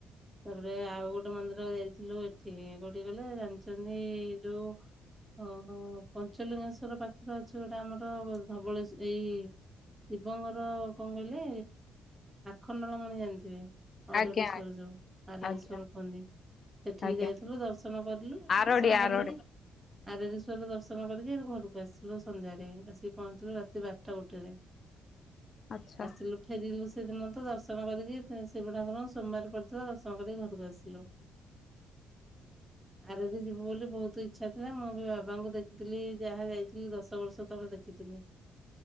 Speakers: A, on the right; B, on the left.
A: ତାପରେ ଆଉ ଗୋଟେ ମନ୍ଦିର ଯାଇଥିଲୁ ଏଠି କୋଉଠି କହିଲେ ଜାଣିଛନ୍ତି ଯୋଉ। ଓ ପଞ୍ଚଲିଙ୍ଗେଶ୍ଵର ପାଖରେ ଅ ଛି ଗୋଟେ ଆମର ଧବଳେଶ୍ଵର ଏଇ ଶିବଙ୍କର କଣ କହିଲେ? ଆଖଣ୍ଡଳ ମଣି ଜାଣିଥିବେ ଅରେଡେଶ୍ଵର
B: ଆଜ୍ଞା
A: ଯୋଉ ଆରେଡେଶ୍ଵର
B: ଆଜ୍ଞା।
A: କୁହନ୍ତି। ସେଠିକି
B: ଆଜ୍ଞା
A: ଯାଇଥିଲୁ ଦର୍ଶନ କରିଲୁ ସେଠୁ
B: ଆରଡି
A: ଦର୍ଶନ
B: ଆରଡି
A: କରିକି। ଆରେଡେଶ୍ଵରରେ ଦର୍ଶନ କରିକି ଘରକୁ ଆସିଲୁ। ସନ୍ଧ୍ୟାରେ ଆସିକି ପହଞ୍ଚିଲୁ ରାତି ବାରଟା ଗୋଟେରେ
B: ଆଚ୍ଛା
A: ଆସିଲୁ ଫେରିଲୁ। ସେଦିନ ତ ଦର୍ଶନ କରିକି ଶିବ ଠାକୁରଙ୍କର ସୋମବାର ପଡିଥିବା ଦର୍ଶନ କରିକି ଘରକୁ ଆସିଲୁ। ଆରଡି ଯିବୁ ବୋଲି ବହୁତ ଇଚ୍ଛା ଥିଲା ମୁଁ ବି ବାବାଙ୍କୁ ଦେଖିଥିଲି ଯାହା ଯାଇଥିଲି ଦଶ ବର୍ଷ ତଳେ ଦେଖିଥିଲି